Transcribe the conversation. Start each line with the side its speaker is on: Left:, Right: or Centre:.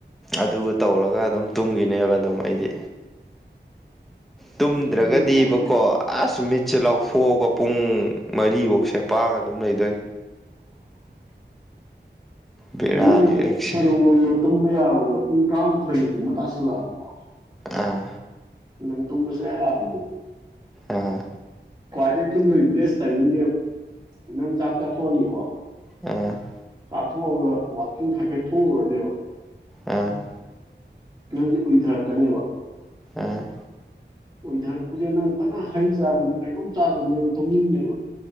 Centre: ꯑꯗꯨꯒ ꯇꯧꯔꯒ ꯑꯗꯨꯝ ꯇꯨꯝꯈꯤꯅꯦꯕ ꯑꯗꯨꯝ ꯑꯩꯗꯤ ꯇꯨꯝꯗ꯭ꯔꯒꯗꯤꯕꯀꯣ
Right: ꯇꯨꯝꯕ ꯅꯨꯡꯉꯥꯏꯕꯅꯦ
Centre: ꯑꯁ ꯃꯤꯠ ꯃꯤꯠꯁꯦ ꯂꯥꯎꯊꯣꯛꯑꯒ ꯄꯨꯡ ꯃꯔꯤꯐꯧꯁꯦ ꯄꯥꯡꯉ ꯑꯗꯨꯝ ꯂꯩꯗꯣꯏꯅꯤ ꯕꯦꯔꯥꯅꯦ
Right: ꯅꯪ
Centre: ꯑꯦꯔꯤꯛꯁꯦ
Right: ꯀꯩꯅꯣ <inaudible> ꯅꯗ ꯇꯨꯝꯕ ꯌꯥꯔꯒ ꯄꯨꯡ ꯇꯔꯥꯃꯥꯊꯣꯏꯒꯨꯝꯕ ꯇꯥꯁꯜꯂꯛꯑꯕꯀꯣ
Centre: ꯑꯥ
Right: ꯅ ꯇꯨꯝꯕ ꯁ ꯍꯥꯏꯒꯗꯤ <inaudible>
Centre: ꯑꯥ
Right: ꯈꯋꯥꯢꯗꯒꯤ ꯇꯨꯝꯕꯒꯤ ꯇꯥꯢꯃꯤꯡꯗꯤꯒꯣ ꯑꯗꯨꯝ ꯆꯥꯛ ꯆꯥꯊꯣꯛꯑꯅꯤꯒꯣ
Centre: ꯎꯝ
Right: ꯆꯥꯊꯣꯛꯑꯒ ꯋꯥꯛꯀꯤꯡ ꯍꯥꯏꯐꯦꯠ ꯊꯣꯛꯎꯔꯅꯦꯕ
Centre: ꯎꯝ
Right: ꯅꯪꯁꯦ ꯎꯨꯏꯊꯔꯛꯀꯅꯦꯕ
Centre: ꯎꯝ
Right: ꯑꯣꯏꯊꯔꯛꯄꯁꯦ ꯅꯪ ꯐꯅ ꯍꯩ ꯆꯔꯁꯨ ꯀꯩꯅꯣꯝ ꯆꯥꯁꯨꯅꯣ ꯇꯨꯝꯅꯤꯡꯗꯦꯕ